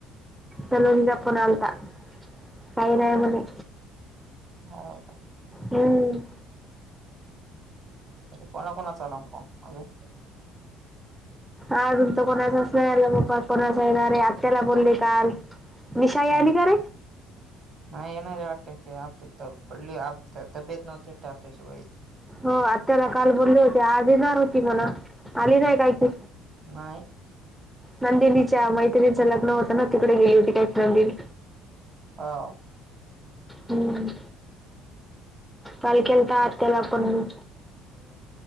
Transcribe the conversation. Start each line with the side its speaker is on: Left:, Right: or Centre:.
Centre: सलिम चा फ़ोन आलता काय नही मणे
Right: हो का
Centre: हम्
Right: कोणा कोणा चाला फोन अझून.
Centre: अजून तर कोणाचाच नाहीला पप्पा कोणाचा येणार रे आत्याला बोलली काल. निशाई आली
Right: हम्
Centre: का रे
Right: नाही येणार आहे वाटते. तेआपतित पडली तब्येत नव्हती ट त्या शिवाय <unintelligible>
Centre: होय आत्याला काल बोलले होते आज येणार होती म्हने आली नाही काय ती.
Right: नाही
Centre: नंदिनीच्या मैत्रिणीच लग्न होतं ना तिकडे गेली होती काय नंदिनी.
Right: हो
Centre: हम. काल केलता आत्याला फोन मि.